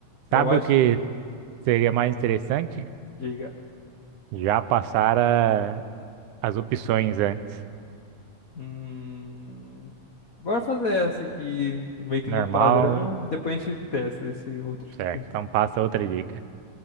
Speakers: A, on the left (about 75°); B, on the right (about 80°).
A: Eu
B: Sabe
A: acho.
B: o que seria mais interessante?
A: Diga.
B: Já passara as opções antes.
A: Hum... Bora fazer essa aqui, meio que
B: Normal,
A: num padrão. Depois a gente testa esse outro,
B: certo.
A: esse
B: Então passa
A: outro
B: outra
A: jeito.
B: dica.